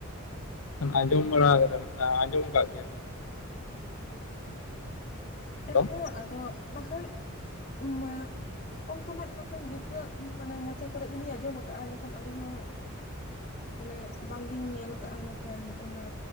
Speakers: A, on the left (about 80°); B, on the left (about 40°).
A: <unintelligible> ᱟᱸᱡᱚᱢ ᱵᱟᱲᱟᱫᱟ ᱟᱸᱡᱚᱢ ᱟᱠᱟᱫ ᱜᱮᱭᱟ ᱵᱤᱱ ᱦᱮᱞᱳ
B: ᱦᱮᱸ ᱟᱫᱚ ᱱᱟᱠᱷᱟᱱ ᱢᱟ ᱚᱱᱠᱟᱱᱟᱜ ᱱᱟᱠᱷᱟᱱ ᱜᱤᱫᱽᱨᱟᱹᱣᱟᱜ ᱢᱟᱱᱮ ᱢᱚᱪᱟ ᱠᱚᱨᱮ ᱜᱮᱞᱤᱧ ᱟᱸᱡᱚᱢ ᱟᱠᱟᱜᱼᱟ, ᱢᱮᱱᱠᱷᱟᱱ ᱟᱹᱞᱤᱧ ᱦᱚᱸ ᱢᱟᱱᱮ ᱵᱟᱝ ᱞᱤᱧ ᱧᱮᱞ ᱠᱟᱜᱼᱟ ᱱᱟᱜ ᱠᱷᱟᱱ ᱚᱱᱟ